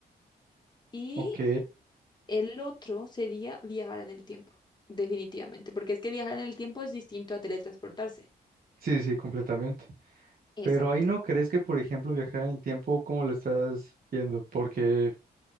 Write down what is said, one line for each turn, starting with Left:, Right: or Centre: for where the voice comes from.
Left: Y
Right: Ok,
Left: el otro sería viajar en el tiempo, definitivamente, porque es que viajar en el tiempo es distinto a teletransportarse.
Right: sí, sí, completamente.
Left: Exacto.
Right: Pero ahí no crees que, por ejemplo, viajar en el tiempo, ¿cómo lo estás viendo? Porque